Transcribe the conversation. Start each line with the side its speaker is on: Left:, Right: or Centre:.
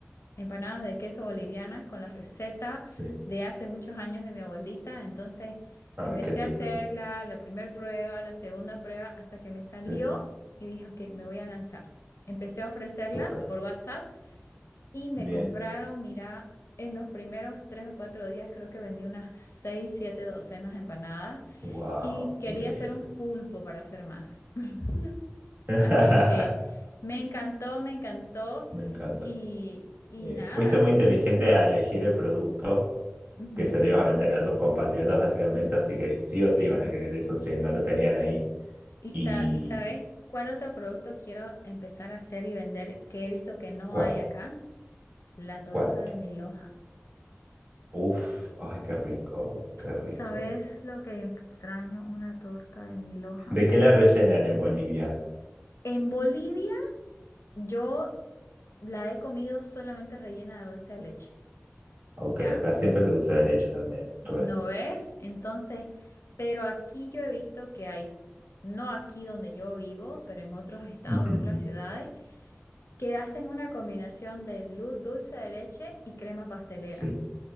Left: empanadas de queso bolivianas con la receta
Right: sí.
Left: de hace muchos años de mi abuelita. Entonces
Right: Ah,
Left: empecé
Right: qué lindo.
Left: a hacerla, la primera prueba, la segunda prueba, hasta que me salió
Right: Sí,
Left: y dije, ok, me voy a lanzar. Empecé a ofrecerla
Right: total.
Left: por WhatsApp y me
Right: Bien.
Left: compraron, mira, en los primeros tres o cuatro días creo que vendí unas seis, siete docenas de empanadas
Right: Wow,
Left: y quería
Right: increíble.
Left: hacer un pulpo para hacer más. <laughs>
Right: <laughs>
Left: Así que me encantó, me encantó
Right: Me encanta.
Left: y, y
Right: Eh,
Left: nada,
Right: fuiste muy
Left: eh,
Right: inteligente a elegir el producto
Left: ujú,
Right: que servías a vender a tus compatriotas, básicamente, así que sí
Left: sí.
Right: o sí van a querer eso si no lo tenían ahí.
Left: ¿Y,
Right: ¿Y
Left: sa- y sabes cuál otro producto quiero empezar a hacer y vender que he visto que no
Right: cuál?
Left: hay acá? La torta
Right: ¿Cuál?
Left: de mi loja.
Right: Uf, ay, qué rico, qué rico.
Left: ¿Sabes lo que extraño una torta de mi loja?
Right: ¿De qué la rellenan en Bolivia?
Left: En Bolivia yo la he comido solamente rellena de dulce de leche,
Right: Ok,
Left: ¿ya?
Right: acá siempre es de dulce de leche también. Re.
Left: ¿No ves? Entonces, pero aquí yo he visto que hay, no aquí donde yo vivo, pero en otros estados
Right: Ujú.
Left: y otras ciudades, que hacen una combinación de lu- dulce de leche y crema pastelera.
Right: Sí.